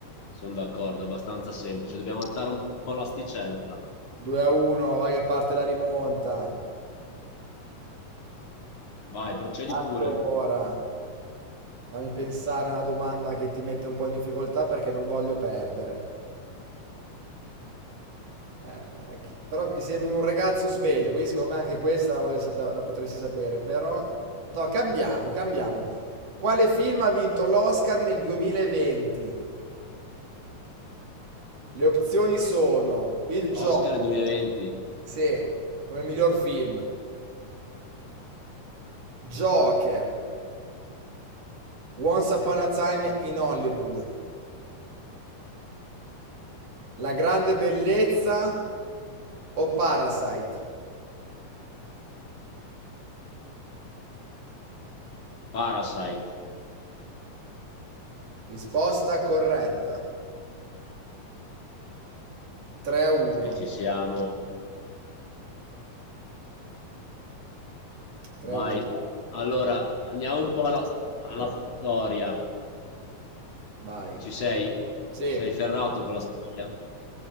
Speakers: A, on the left; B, on the right.
A: sono d'accordo, è abbastanza semplice. Dobbiamo alzare un po' l'asticella.
B: 2-1, vai che parte la rimonta.
A: Vai, procedi
B: Allora,
A: pure.
B: fammi pensare a una domanda che ti mette un po' in difficoltà perché non voglio perdere. Eh, chi- però mi sembra un ragazzo sveglio, quindi secondo me anche questa la, voglio sa- la- la potresti sapere, però... No, cambiamo, cambiamo. Quale film ha vinto l'Oscar nel 2020? Le opzioni sono Il Gioco,
A: Oscar nel 2020,
B: sì, come miglior film, Joker, Once Upon a Time in Hollywood, La Grande Bellezza o Parasite?
A: Parasite.
B: Risposta corretta. 3 a 1.
A: E ci siamo.
B: 3
A: Vai.
B: a 1.
A: Allora, andiamo un po' alla, alla storia.
B: Vai.
A: Ci sei?
B: Sì,
A: Sei ferrato con la storia?